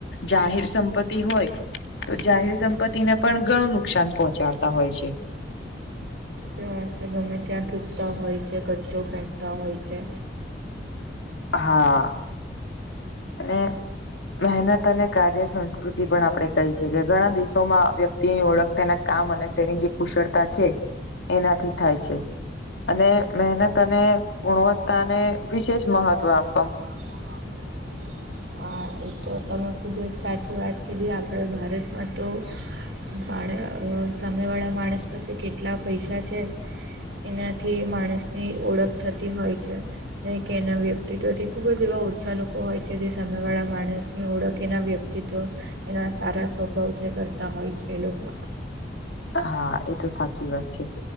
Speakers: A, on the left; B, on the right.
A: જાહેર સંપત્તિ હોય તો જાહેર સંપત્તિને પણ ઘણું નુકસાન પહોંચાડતા હોય છે.
B: જે વાત છે ગમે ત્યાં થૂકતા હોય છે કચરો ફેંકતા હોય છે.
A: હા અને મહેનત અને કાર્ય સંસ્કૃતિ પણ આપણે કહી છેીએ ઘણા દેશોમાં વ્યક્તિની ઓળખ તેના કામ અને તેની જે કુશળતા છે એનાથી થાય છે. અને મહેનત અને ગુણવત્તા ને વિશેષ મહત્વ આપ
B: હ તો બ <unintelligible> હા એ તો તમે ખૂબ જ સાચી વાત કીધી આપણે ભારતમાં તો માણ સાયવાળા માણસ પાસે કેટલા પૈસા છે. એનાથી માણસની ઓળખ થતી હોય છે નહી કે એના વ્યક્તિત્વથી ખૂબ જ એવા ઉત્સાહ લોકો હોય છે જે સામેવાળા માણસની ઓળખ એનાં વ્યક્તિત્વ એના સારા સ્વભાવ જે કરતા હોય છે એ લોકો.
A: હા એ તો સાચી વાત છે.